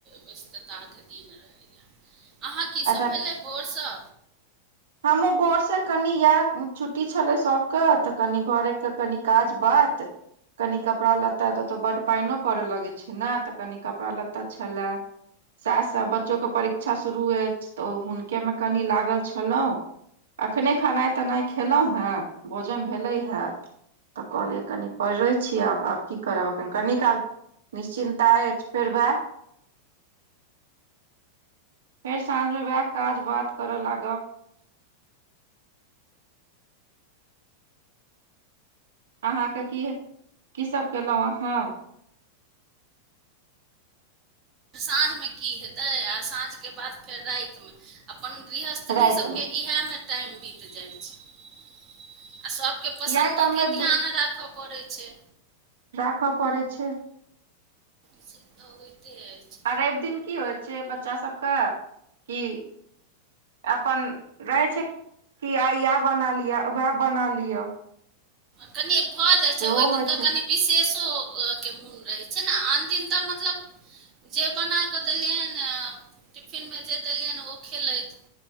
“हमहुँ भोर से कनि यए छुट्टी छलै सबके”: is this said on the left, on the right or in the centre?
Right